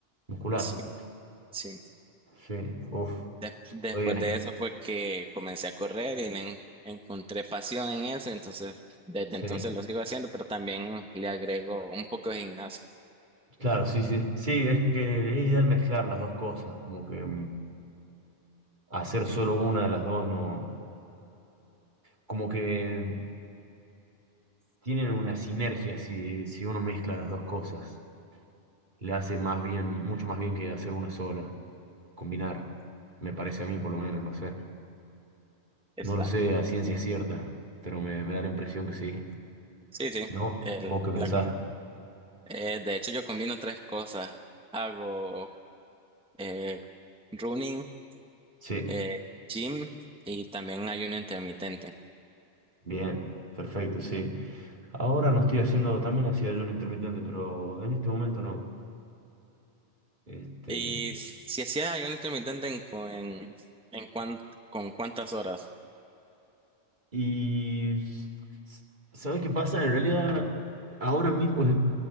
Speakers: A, on the right; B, in the centre.
A: muscular.
B: Sí, sí.
A: Sí, uff.
B: Des- después
A: Oye, sí.
B: de eso fue que comencé a correr y le en- encontré pasión en eso, entonces desde
A: sí.
B: entonces lo sigo haciendo, pero también le agrego un poco de gimnasio.
A: Claro, sí, sí. Sí, es que es ideal mezclar las dos cosas, como que mm, hacer solo una de las dos no, como que tienen una sinergia si, si uno mezcla las dos cosas. Le hace más bien, mucho más bien que hacer una sola, combinar, me parece a mí por lo menos, no sé.
B: Exacto.
A: No lo sé a ciencia cierta, pero me, me da la impresión que sí.
B: Sí, sí.
A: ¿No?
B: El,
A: ¿Vos qué pensás?
B: la, Eh, de hecho, yo combino tres cosas. Hago eh, running,
A: Sí,
B: eh, gym y también ayuno intermitente.
A: bien, perfecto, sí. Ahora no estoy haciendo, también hacía ayuno intermitente, pero en este momento no. Este,
B: Y si hacías ayuno intermitente en, cu- en, en cuán- con cuántas horas?
A: y s- s- ¿sabés qué pasa? En realidad, ahora mismo eh,